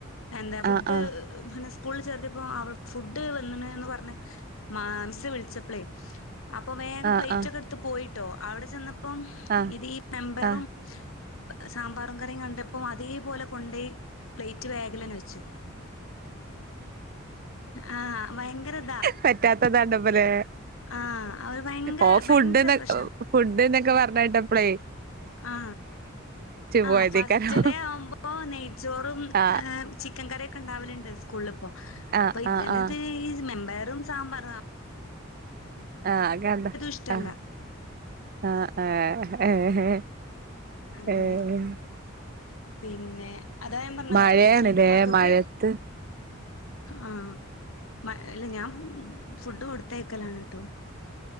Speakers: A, on the left; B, on the right.
A: എന്താ ഫുഡ്
B: ആഹ് ആഹ്
A: സ്കൂളിൽ ചേർത്തിയപ്പോ അവൾ ഫുഡ് വന്ന്കണ് പറഞ് മാ മിസ്സ് വിളിച്ചപ്പൾ അപ്പൊ വേഗം
B: ആഹ്
A: പ്ലേറ്റ് ഒക്കെ എടുത്ത് പോയി കേട്ടോ അവിടു <unintelligible> ചെന്ന അപ്പം
B: ആഹ്
A: ഇത് ഈ മെമ്പറും
B: ആഹ് ആഹ്
A: സാമ്പാറും കറിയും കണ്ടപ്പോ അതേപോലെ കൊണ്ടേ പ്ലേറ്റ് മറ്റ് വ വെച്ചു ആഹ് ഭയങ്കര ഇതാ
B: പറ്റാത്തത് കണ്ടപ്പല്ലേ
A: ആഹ് അവര് ഭയങ്കര
B: ഓ ഫുഡ്
A: ഭയങ്കര
B: ന്
A: പ്രശ്നാ
B: ഫുഡ്ന് ഒക്കെ പറഞ്ഞ് കേട്ടപ്പോൾ
A: ആ ആ
B: പോയതേക്കാരം
A: ഫസ്റ്റ് ഡേ ആവുമ്പോ നെയ്ച്ചോറും
B: ആഹ്
A: ചിക്കൻ കറിയൊക്കെ ഉണ്ടാവലുണ്ട് കൊളുപ്പം
B: ആഹ്
A: അപ്പൊ ഇവനത്
B: ആഹ് ആഹ്
A: ഈ മെമ്പർ വറും സാമ്പാർ
B: ആ അക്കണ്ടാ
A: ഇഷ്ടല്ല
B: ആ ആ ആ ആഹ ആഹ്
A: അങ്ങനെ
B: ഏഹ്
A: പിന്നെ അതാൻ പറഞ്ഞോ
B: മഴയാണ്ലേ
A: നമുക്ക് മക്കൾക്ക്
B: മഴത്ത്
A: ആ മ അല്ല ഞാൻ ഫുഡ് കൊടുത്തയക്കലാണ് ട്ടോ